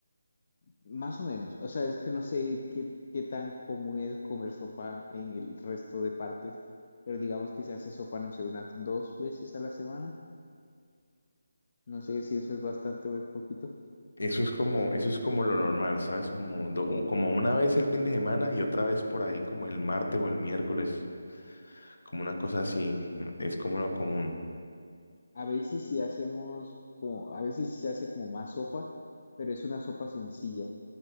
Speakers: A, on the left (about 45°); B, on the left (about 75°).
A: más o menos. O sea, es que no sé qué, qué tan común es comer sopa en el resto de partes, pero digamos que se hace sopa, no sé, unas dos veces a la semana. No sé si eso es bastante o es poquito.
B: Eso es como, eso es como lo normal, ¿sabes? Como, do- u- como una vez el fin de semana y otra vez por ahí, como el martes o el miércoles, como una cosa así, mm, es como lo común.
A: A veces sí hacemos como, a veces sí se hace como más sopa, pero es una sopa sencilla.